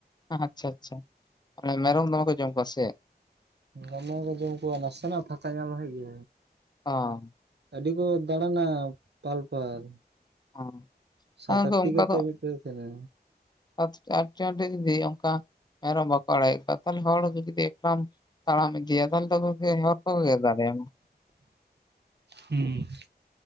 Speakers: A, on the left; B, on the right.
A: ᱟᱪᱪᱷᱟ ᱟᱪᱪᱷᱟ ᱢᱟᱱᱮ ᱢᱮᱨᱚᱢ ᱫᱚᱢᱮ ᱠᱚ ᱡᱚᱢ ᱠᱚᱣᱟ ᱥᱮ ᱪᱮᱫ
B: ᱫᱚᱢᱮ ᱠᱚ ᱡᱚᱢ ᱠᱚᱣᱟ ᱱᱟᱥᱮᱱᱟᱜ ᱯᱷᱟᱸᱠᱟ ᱧᱟᱢ ᱞᱮᱠᱷᱟᱱ ᱜᱮ
A: ᱚ
B: ᱟᱹᱰᱤ ᱠᱚ ᱫᱟᱬᱟᱱᱟ ᱯᱟᱞ ᱯᱟᱞ
A: ᱚ
B: ᱥᱟᱛ
A: ᱟᱫᱚ
B: ᱟᱴᱴᱤ
A: ᱜᱚᱝᱠᱮ ᱚᱱᱠᱟ
B: ᱠᱟᱛᱮᱫ
A: ᱫᱚ
B: <unintelligible> ᱛᱟᱦᱮᱱᱟ
A: <unintelligible> ᱡᱩᱫᱤ ᱚᱱᱠᱟ ᱢᱮᱨᱚᱢ ᱵᱟᱠᱚ ᱟᱲᱟ ᱜᱮᱫ ᱠᱚᱣᱟ ᱛᱟᱦᱚᱞᱮ ᱦᱚᱲ ᱡᱩᱫᱤ ᱮᱠᱞᱟᱢ ᱛᱟᱲᱟᱢ ᱤᱫᱤᱭᱟ ᱛᱟᱦᱞᱮ ᱛᱚ ᱜᱚᱝᱠᱮ ᱦᱚᱲ ᱠᱚᱦᱚ ᱠᱚ ᱜᱮᱨ ᱫᱟᱨᱮᱭᱟᱢᱟ
B: ᱦᱩᱸ